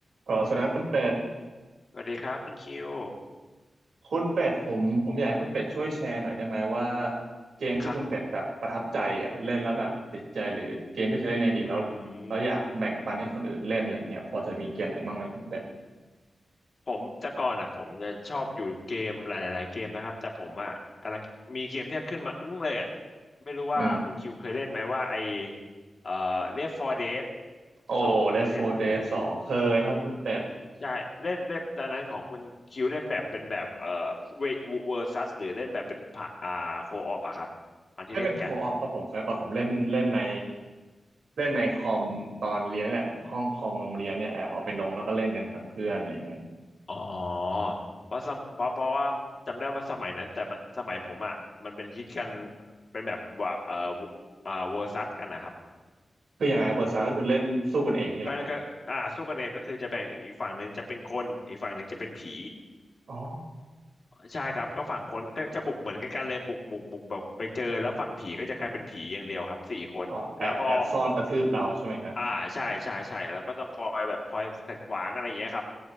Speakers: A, on the right (about 90°); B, on the left (about 45°).
A: ขอแสดงคุณเป็ด
B: สวัสดีครับคุณคิว
A: คุณเป็ดผมผมอยากให้คุณเป็ดช่วยแชร์หน่อยได้ไหมว่าเกมที่คุณเป็ดแบบประทับใจอ่ะเล่นแล้วแบบติดใจหรือเกมที่เคยเล่นในอดีตแล้วแล้วอยากแบ่งปันให้คนอื่นเล่นอะไรอย่างเงี้ยพอจะมีเกมไหนบ้างไหมคุณเป็ด
B: ครับอืมผมแต่ก่อนอ่ะผมจะชอบอยู่เกมหลายๆเกมนะครับแต่ผมอ่ะกำลังมีเกมที่ขึ้นมาอึ้งเลยอ่ะไม่รู้ว่าคุณคิวเคยเล่นไหมว่าไอ
A: อืม
B: เอ่อ Left 4 Dead
A: โอ้
B: สองเคยเล่น
A: Left 4 Dead สองเคยครับคุณเป็ด
B: ใช่เล่นเล่นตอนนั้นของคุณคิวเล่นแบบเป็นแบบเอ่อเวเวอร์ซัสหรือเล่นแบบเป็นผ่าอ่าโคออปอะครับอันที่เล่นกัน
A: ไม่เป็นโคออฟครับผมสมัยก่อนผมเล่นเล่นในเล่นในคอมตอนเรียนแหละห้องคอมโรงเรียนเนี่ยแอบเอาไปลงแล้วก็เล่นกันกับเพื่อนอะไรอย่างเงี้ย
B: อ๋อเพราะสมเพราะเพราะว่าจำได้ว่าสมัยนั้นแต่มันสมัยผมอ่ะมันเป็นฮิตกันเป็นแบบว่าเอ่ออ่าเวอร์ซัสกันนะครับ
A: คือยังไงครับเปิดซาก็คือเล่นสู้กันเองนี่แหละครับ
B: คือมันก็อ่าสู้กันเองก็คือจะแบ่งอีกฝั่งหนึ่งจะเป็นคนอีกฝั่งหนึ่งจะเป็นผี
A: อ๋อ
B: ใช่ครับก็ฝั่งคนก็จะบุกเหมือนกันเลยบุกบุกบุกแบบไปเจอแล้วฝั่งผีก็จะกลายเป็นผีอย่างเดียวครับสี่คนแล้วก็
A: อ๋อแอบแอบซ่อนกระทืบเราใช่ไหมฮะ
B: อ่าใช่ใช่ใช่แล้วก็ต้องคอยแบบคอยขัดขวางอะไรอย่างเงี้ยครับ